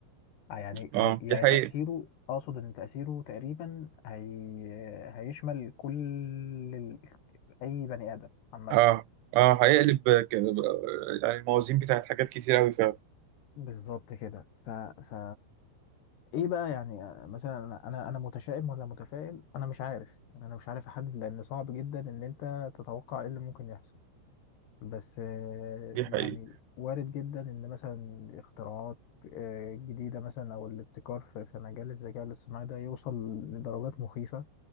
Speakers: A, on the left; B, on the right.
A: آه، يعني
B: اه
A: هي يعني
B: دي حقيقة
A: تأثيره اقصد ان تأثيره تقريبا هي هيشمل كل ال- اي بني آدم عامة
B: اه اه هيقلب ك- يعني الموازين بتاعت حاجات كتير قوي فعلا
A: بالظبط كده ف... ف... ايه بقى يعني آه، مثلا انا انا أنا متشائم ولا متفائل انا مش عارف يعني انا مش عارف احدد لان صعب جدا ان انت تتوقع ايه اللي ممكن يحصل بس آه،
B: دي حقيقة
A: يعني وارد جدا ان مثلا اختراعات آه، جديدة مثلا او الابتكار في في مجال الذكاء الاصطناعي ده يوصل لدرجات مخيفة